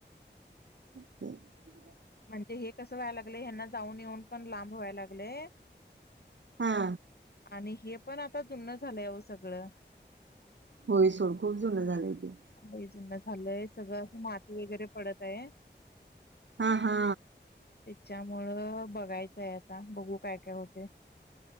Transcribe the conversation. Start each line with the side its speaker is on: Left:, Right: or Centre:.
Right: <unintelligible>
Left: म्हणजे हे कसं व्हायला लागलंय यांना जाऊन येऊन पण लांब व्हाया लागलय
Right: हा
Left: आणि हे पण आता जुनं झालंय हो सगळं
Right: होय सोड खूप जुनं झालंय ते
Left: लय जुन झालय सगळं, असं माती वगैरे पडत आहे.
Right: हा हा
Left: त्याच्यामुळं बघायचंय आता बघू काय काय होतय.